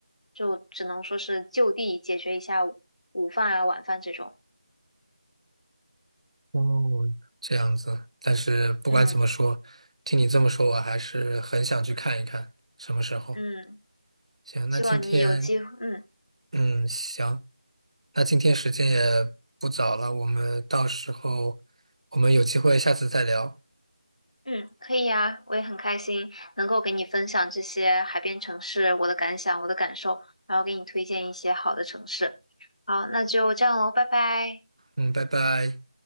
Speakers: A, on the left; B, on the right.
A: 就只能说是就地解决一下午午饭啊、晚饭这种。
B: 哦，这样子，但是不管怎么说，
A: 嗯
B: 听你这么说，我还是很想去看一看，什么时候？
A: 嗯，
B: 行，那今天
A: 希望你有机会，嗯
B: 嗯，行，那今天时间也不早了，我们到时候我们有机会下次再聊。
A: 嗯，可以呀，我也很开心能够给你分享这些海边城市我的感想、我的感受，然后给你推荐一些好的城市。好，那就这样喽，拜拜。
B: 嗯，拜拜。